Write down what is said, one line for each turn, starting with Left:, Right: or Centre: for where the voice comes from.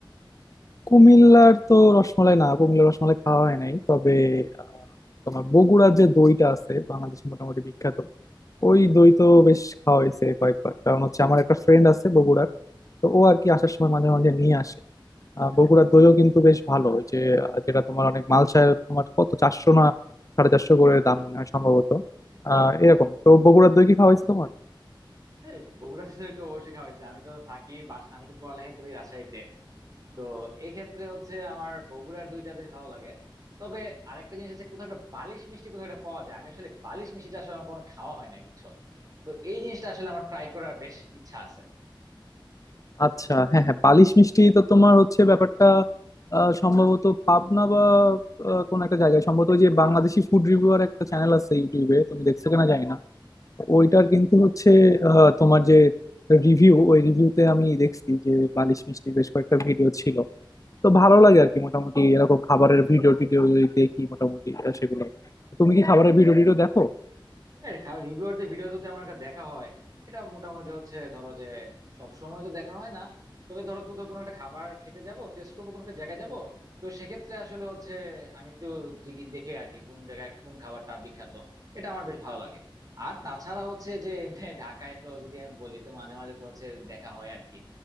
Left: কুমিল্লার তো রসমালাই না কুমিল্লার রসমালাই খাওয়া হয় নাই তবে আহ, তোমার বগুড়ার যে দইটা আছে বাংলাদেশে মোটামুটি বিখ্যাত ওই দই তো বেশ খাওয়া হয়েছে কয়েকবার কারণ হচ্ছে আমার একটা ফ্রেন্ড আছে বগুড়ার তো ও আর কি আসার সময় মাঝে মাঝে নিয়ে আসে আহ, বগুড়ার দইও কিন্তু বেশ ভালো ওই যে আহ, যেটা তোমার অনেক মালসায় তোমার কত চারশো না সাড়ে চারশো করে দাম মনে হয় সম্ভবত আহ এরকম তো বগুড়ার দই কি খাওয়া হয়েছে তোমার
Right: হ্যাঁ বগুড়াতে তো অবশ্যই খাওয়াইছে আমি তো থাকি বাস আমি তো পড়ালেখা করি রাজশাহীতে তো এক্ষেত্রে হচ্ছে আমার বগুড়ার দইটা বেশ ভালো লাগে তবে আরেকটা জিনিস হচ্ছে কোথাও একটা বালিশ মিষ্টি কোথাও একটা পাওয়া যায় আমি আসলে বালিশ মিষ্টিটা আসলে আমার কখনো খাওয়া হয় নাই বুঝছো তো এই জিনিসটা আসলে আমার ট্রাই করার বেশ ইচ্ছা আছে
Left: আচ্ছা হ্যাঁ হ্যাঁ বালিশ মিষ্টি তো তোমার হচ্ছে ব্যাপারটা আহ, সম্ভবত পাবনা বা কোন একটা জায়গায় সম্ভবত ওই যে বাংলাদেশি ফুড রিভিউয়ার একটা চ্যানেল আছে ইউটিউবে তুমি দেখছো কিনা জানি না ওইটার কিন্তু হচ্ছে আহ, তোমার যে রিভিউ ওই রিভিউতে আমি দেখছি যে বালিশ মিষ্টির বেশ কয়েকটা ভিডিও ছিল তো ভালো লাগে আর কি মোটামুটি এরকম খাবারের ভিডিও টিডিও যদি দেখি মোটামুটি আহ, সেগুলো তুমি কি খাবারের ভিডিও টিডিও দেখো
Right: হ্যাঁ কারণ রিভিউয়ারদের ভিডিও তো তেমন একটা দেখা হয় এটা মোটামুটি হচ্ছে ধরো যে সব সময় তো দেখা হয় না তবে ধরো কোথাও কোনো একটা খাবার খেতে যাব টেস্ট করবো কোনো একটা জায়গায় যাব তো সেক্ষেত্রে আসলে হচ্ছে আমি একটু জিগি- দেখে আর কি কোন জায়গায় কোন খাবারটা বিখ্যাত এটা আমার বেশ ভালো লাগে আর তাছাড়া হচ্ছে যে এমনি ঢাকায় তো যদি আমি বলি তো মাঝে মাঝে তো হচ্ছে দেখা হয় আর কি